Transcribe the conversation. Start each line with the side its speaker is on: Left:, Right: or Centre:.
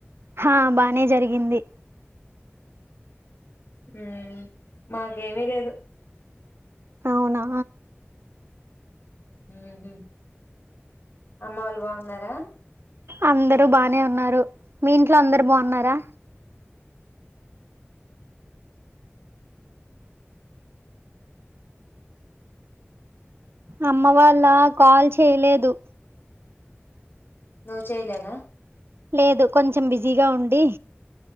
Right: హా బానే జరిగింది
Left: హుమ్ మాకేమీ లేదు
Right: అవునా
Left: హుమ్ హు అమ్మ వాళ్ళు బాగున్నారా
Right: అందరు బానే ఉన్నారు మీ ఇంట్లో అందరు బాగున్నారా అమ్మ వాళ్ళ కాల్ చేయలేదు
Left: నువ్వు చేయలేదా
Right: లేదు కొంచెం బిజీగా ఉండి